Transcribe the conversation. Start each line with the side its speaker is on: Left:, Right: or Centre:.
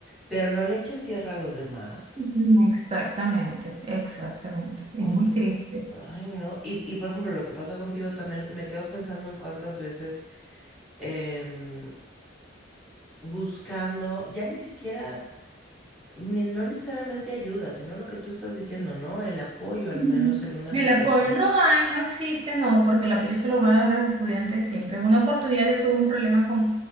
Centre: pero no le echen tierra a los demás.
Right: Ujú. Exactamente, exactamente. Es
Centre: O
Right: muy
Centre: sea,
Right: triste.
Centre: ay, no. Y, y por ejemplo, lo que pasa contigo también, me quedo pensando en cuántas veces... em, buscando, ya ni siquiera, ni- no necesariamente ayuda, sino lo que tú estás diciendo, ¿no? El apoyo, al
Right: Ujú.
Centre: menos en una
Right: El
Centre: situación.
Right: apoyo no hay, no existe, no, porque el apoyo se lo van a dar a los estudiantes siempre. En una oportunidad yo tuve un problema con,